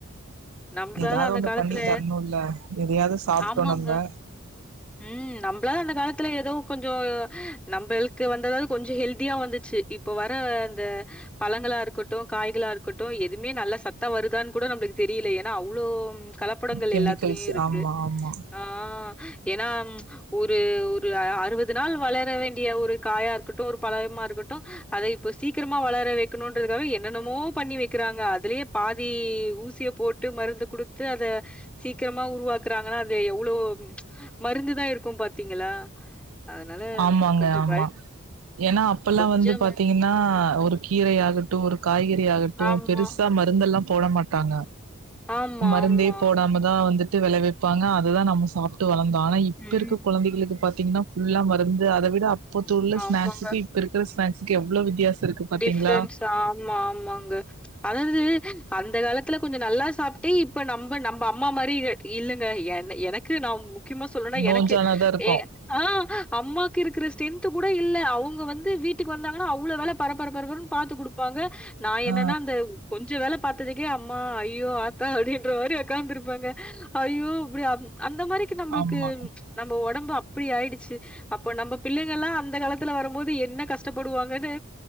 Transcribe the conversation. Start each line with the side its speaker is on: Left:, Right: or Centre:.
Centre: நம்மலாது
Right: எதாவது
Centre: அந்த
Right: ஒண்ணு
Centre: காலத்துல
Right: பண்ணி தரணுல்ல எதையாவது சாப்ட்டோ
Centre: ஆமாங்க
Right: நம்ப
Centre: ம் நம்மளா அந்த காலத் துல ஏதோ கொஞ்சோ நம்மளுக்கு வந்ததாவது கொஞ்சம் ஹெல்தியா வந்துச்சு இப்ப வர அந்த பழங்களா இருக்கட்டும் காய்கள இருக்கட்டும் எதுவுமே நல்ல சத்தா வருதான்னு கூட நம்மளுக்கு தெரியலயே ஏன்னா அவ்ளோ கலப்படங்கள்
Right: கெமிக்கல்ஸ்
Centre: எல்லாத்லயும் இருக்கு
Right: ஆமா ஆமா
Centre: ஆ ஏன்னா ஒரு ஒரு அறுபது நாள் வளர வேண்டிய ஒரு காயா இருக்கட்டும் ஒரு பழமா இருக்கட்டும் அத இப்ப சீக்கிரமா வளர வைக்கணும்ன்றதுக்காக என்னென்னமோ பண்ணி வைக்கிறாங்க அதுலயே பாதி ஊசிய போட்டு மருந்த குடுத்து அத சீக்கிரமா உருவாக்குறாங்கன்னா அது எவ்ளோ மருந்துதா இருக்கும் பாத்தீங்களா அதனால
Right: ஆமாங்க
Centre: ம், கொஞ்சம்
Right: ஆமா
Centre: பயம்
Right: ஏன்னா அப்பல்லாம்
Centre: கொஞ்சம்
Right: வந்து பாத்தீங்கன்னா
Centre: பயம்
Right: ஒரு கீரை ஆகட்டும் ஒரு காய்கறி ஆகட்டும்
Centre: ஆமா,
Right: ஓ பெருசா மருந்தெல்லாம் போட மாட்டாங்க
Centre: ஆமா,
Right: மருந்தையே
Centre: ஆமா.
Right: போடாமதா வந்துட்டு விளைவிப்பாங்க அதுதா நம்ம சாப் ட்டு வளர்ந்தோம் ஆனா இப்ப
Centre: ம்
Right: இருக்க குழந்தைகளுக்கு பாத்தீங்கன்னா ஃபுல்லா மருந்து அத விட அப்பத்து உள்ள
Centre: ஆமாங்க.
Right: ஸ்நாக்ஸுக்கு இப்ப இருக்க ஸ்நாஸ்க்கு எவ்ளோ வித்தியாசோ இருக்கு பாத்தீங்களா
Centre: டிஃப்ரென்ஸ் ஆமா ஆமாங்க அதாவது அந்த காலத்துல கொஞ்சம் நல்லா சாப்பிட்டே இப்ப நம்ம நம்ம அம்மா மாறிங்க இல்லங்க என் எனக்கு நா முக்கியமா சொல்லுன்னா
Right: நோஞ்சானதா
Centre: எனக்கு
Right: இருக்கு
Centre: ஏ ஆ அம்மாக்கு இருக்கிற ஸ்ட்ரென்த் கூட இல்ல அவுங்க வந்து வீட்டுக்கு வந்தாங்கன்னா அவ்ளோ வேல பரபரபரப்புர பாத்து குடுப்பாங்க நா என்னன்னா
Right: ஆ
Centre: அந்த கொஞ்ச வேல பாத்ததுக்கே அம்மா ஐயோ ஆத்தா அப்டின்ற மாறி உக்காந்துருப்பங்க ஐயோ அப்டி அ அந்த மாரிக்கு நம்மளுக்கு
Right: ஆமா
Centre: நம்ம உடம்பு அப்டி ஆயிடுச்சு அப்போ நம்ம பிள்ளைங்க எல்லா அந்த காலத்துல வரும் போது என்ன கஷ்டப்படுவாங்கன்னு